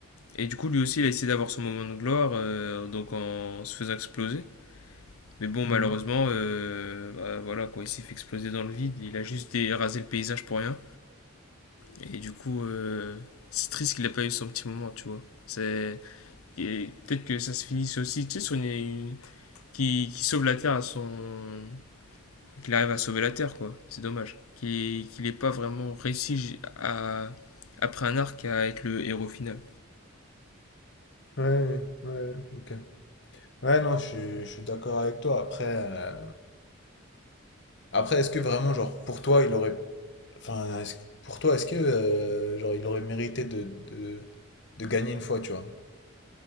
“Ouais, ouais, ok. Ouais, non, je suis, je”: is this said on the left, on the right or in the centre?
Left